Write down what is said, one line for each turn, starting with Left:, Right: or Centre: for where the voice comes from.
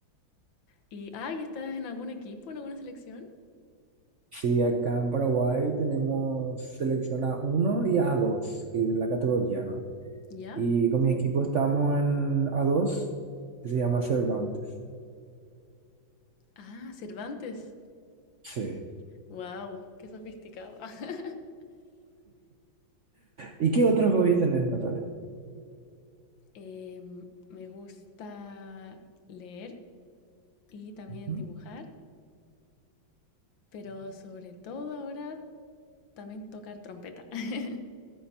Left: Y, ay, ¿estás en algún equipo, en alguna selección?
Right: Sí, acá en Paraguay tenemos selección A1 y a dos que es la categoría, ¿no?
Left: ¿Ya?
Right: Y con mi equipo estamos en a dos que se llama Cervantes.
Left: Ah, Cervantes.
Right: Sí.
Left: Wow, qué sofisticado. <laughs>
Right: ¿Y qué otros hobbies tenés, Natalia?
Left: Em, me gusta leer y también
Right: Ujú.
Left: dibujar, pero sobre todo ahora también tocar trompeta. <laughs>